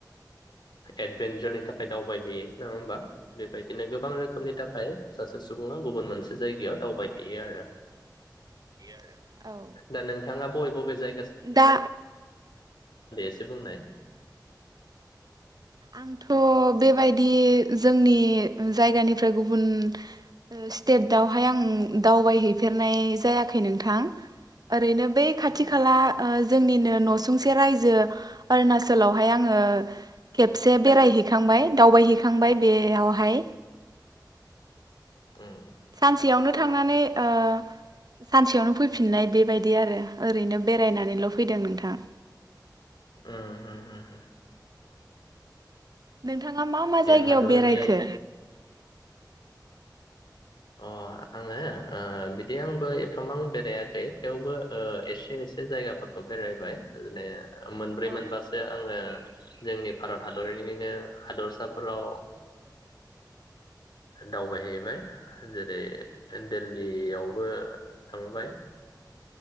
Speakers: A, on the left (about 80°); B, on the right (about 60°).
A: एडभेन्सारनि थाख खाय दावबायहैयो। नङा होमबा बेबायदिनो गोबां रोखोमनि थाखाय सासे सुबुङा गुबुन मोनसे जायगायाव दावबायहैयो आरो।
B: आरो
A: दा नोंथाङा बबे बबे जाय
B: दा
A: एसे बुंनाय
B: आंथ' बेबायदि जोंनि जायगानिफ्राय गुबुन ओ स्टेटआवहाय आं दावबायहैफेरनाय जायाखै नोंथां ओरैनो बे खाथि
A: उम
B: खा खाला ओ जोंनिनो न'सुंसे रायजो अरुणाचलावहाय आङो खेब से बेरायहैखांबाय दावबायहैखांबाय बेयावहाय।
A: उम।
B: सानसेयावनो थांनानै ओ सानसेयावनो फैफिननाय बेबायदि आरो। ओरैनो बेरायनानैल' फैदों नोंथां।
A: उम होम होम होम।
B: नोंथाङा मा मा जायगायाव
A: हादरनि
B: बेरायखो?
A: अ आङो ओ बि दि आंबो एफामां आं बेरायाखै थेवबो ओ एसे एसे जायगाफोरखौ बेरायबाय जे मोनब्रै
B: औ
A: मोनबासो आङो जोंनि भारत हादरिनिनो हादरसाफोराव दावबायहैबाय। जेरै दिललियावबो ओ थांबाय